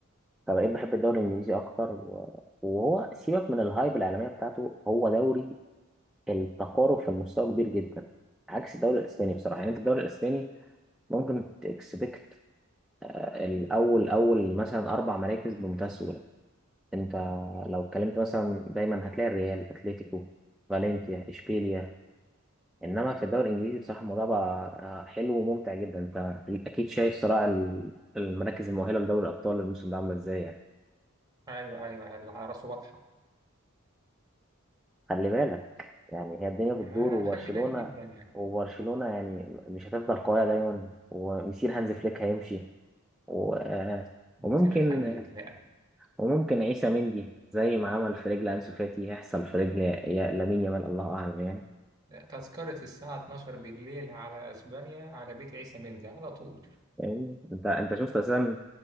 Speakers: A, in the centre; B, on the right (about 20°).
A: فبقيت بحب الدوري الانجليزي اكتر و- وهو سيبك من الهايب الاعلاميه بتاعته هو دوري التقارب في المستوى كبير جدا عكس الدوري الاسباني بصراحه يعني انت الدوري الاسباني ممكن تكسبكت آه، الأول أول مثلا أربع مراكز بمنتهى السهولة أنت لو اتكلمت مثلا دايما هتلاقي الريال أتلتيكو فالنسيا إشبيليا إنما في الدوري الإنجليزي بصراحة الموضوع بقى آه، حلو وممتع جدا أنت أكيد شايف صراع ال- المراكز المؤهلة لدوري الأبطال الموسم ده عاملة إزاي يعني
B: ايوه ايوه أيوة، اللي على راسه واضحه
A: خلي بالك يعني هي الدنيا بتدور
B: انا
A: وبرشلونة
B: مخلي بالي جدا يعني
A: وبرشلونة يعني مش هتفضل قوية دايما ومسير هانز فليك هيمشي و... آه،
B: من
A: وممكن
B: كتير الحي يتلاقى
A: وممكن عيسى مندي زي ما عمل في رجل أنسو فاتي هيحصل في رجل يا- لامين يامال الله أعلم يعني
B: لا، تذكرة الساعة 12 بالليل على اسبانيا على بيت عيسى مندي على طول
A: فاهمني؟ انت انت شفت اساسا